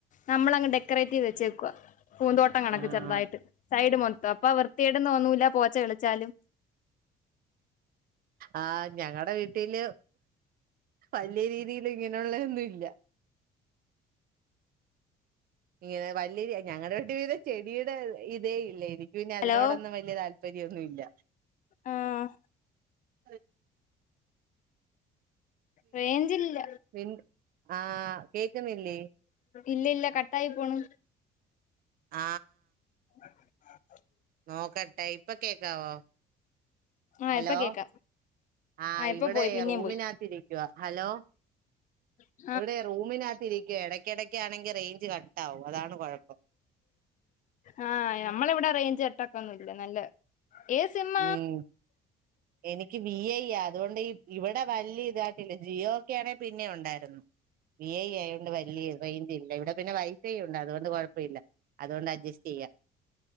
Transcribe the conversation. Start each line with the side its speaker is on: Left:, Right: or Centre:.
Left: നമ്മളങ്ങ് ഡെക്കറേറ്റ് ചെയ്ത് വെച്ചേക്കുവ പൂന്തോട്ടം കണക്ക്
Right: ആഹ്
Left: ചെറുതായിട്ട് സൈഡ് മൊ അപ്പ വൃത്തിയടതൊന്നൂില്ല പോച്ച കളിച്ചാലും
Right: ആഹ് ഞങ്ങളടെ വീട്ടില് വലിയ രീതിൽ ഇങ്ങനെള്ളൊന്നും ഇല്ല ഇങ്ങനെ വലിയ ഞങ്ങളുടെ വട്ട വീടെ ചെടിയുടെ ഇതേ ഇല്ല എനി നി അതിനോടൊന്നും
Left: ഹലോ
Right: വലിയ താല്പര്യമൊന്നുമല്ല
Left: ആഹ്
Right: അ
Left: റേഞ്ചില്ല
Right: പിൻ ആഹ് കേക്കുന്നില്ലേ
Left: ഇല്ല ഇല്ല കട്ട ആയി പോണു
Right: ആ
Left: ആ <unintelligible>
Right: നോക്കട്ടെ ഇപ്പൊ കേക്കാവോ
Left: ആഹ്
Right: ഹലോ
Left: ഇപ്പൊ കേക്കാം
Right: ആ
Left: ആഹ് ഇപ്പൊ
Right: ഇവിടെ
Left: പോയി പിന്നേം
Right: റൂമിനകത്തിരിക്കുവ ഹലോ
Left: ഉഹ
Right: ഇവിടെ റൂമിനകത്ത് ഇരിക്കുവ ഇടക്ക ഇടക്കാണെങ്കി റേഞ്ച് കട്ട ആവും അതാണ് കുഴപ്പം
Left: ആ നമ്മള ഇവിടെ റേഞ്ച്ട്ടൊക്ക ഒന്നുംല്ല നല്ല ഏ സിമ
Right: ഉം എനിക്ക് ബി ഐ അതുകൊണ്ട് ഇവിടെ വലിയ ഇതായിട്ടില്ല ജിയോ ഒക്കെ ആണെങ്കിൽ പിന്നെ ഉണ്ടായിരുന്നു ഐ ആയോണ്ട് വലിയ റേഞ്ച് ഇല്ല ഇവിടെ പിന്നെ വൈഫൈ ഉണ്ട് അതുകൊണ്ട് കൊഴപ്പ ഇില്ല അതുകൊണ്ട് അഡ്ജസ്റ്റ് ചെയ്യും അ